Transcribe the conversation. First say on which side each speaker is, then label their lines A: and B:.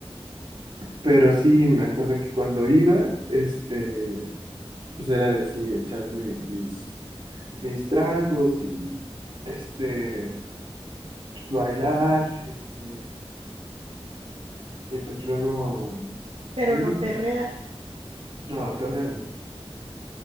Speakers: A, on the right; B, on the right.
A: Pero sí, me acuerdo que cuando iba, este, pues era de sí, echar mis, mis tragos y este, bailar, este, y pues luego
B: pero
A: ahí,
B: no perrear.
A: pues, no, perder, no.